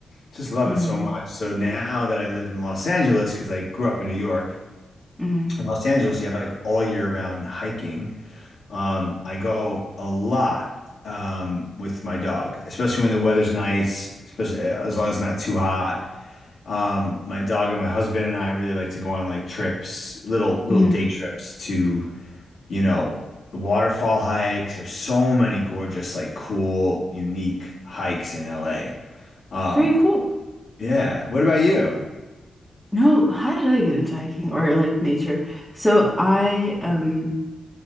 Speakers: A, on the left (about 70°); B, in the centre.
A: Just love
B: hmm
A: it so much. So now that I live in Los Angeles, because I grew up in New York,
B: hmm
A: in Los Angeles, you have like all year round hiking um, I go a lot um, with my dog, especially when the weather's nice, especially uh, as long as it's not too hot. Um, my dog and my husband and I really like to go on like trips, little little
B: hmm
A: day trips to, you know, waterfall hikes. There's so many gorgeous, like cool, unique hikes in LA. Um,
B: Very cool.
A: yeah. What about you?
B: No, how did I get into hiking or like nature? So I, um,